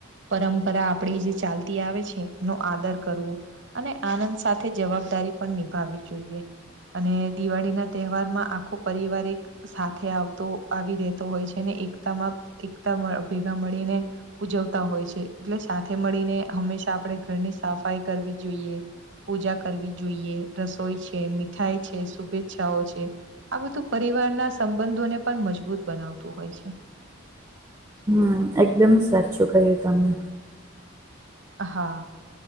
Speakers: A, on the right; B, on the right.
A: પરંપરા આપડી જે ચાલતી આવે છે એનો આદર કરવો. અને આનંદ સાથે જવાબદારી પણ નિભાવી જોઈએ. અને દિવાળી ના તહેવાર માં આખો પરિવાર એક સાથે આવતો આવી રહેતો હોય છે ને એકતામાં એકતા ભેગા મળીને ઉજવતા હોય છે. એટલે સાથે મળીને હંમેશા આપણે ઘરની સફાઈ કરવી જોઈએ. પૂજા કરવી જોઈએ, રસોઈ છે, મીઠાઈ છે, શુભેચ્છાઓ છે આ બધું પરિવારના સંબંધોને પણ મજબૂત બનાવતું હોય છે.
B: હમ્મ, એકદમ સાચું કહ્યું તમે.
A: હા.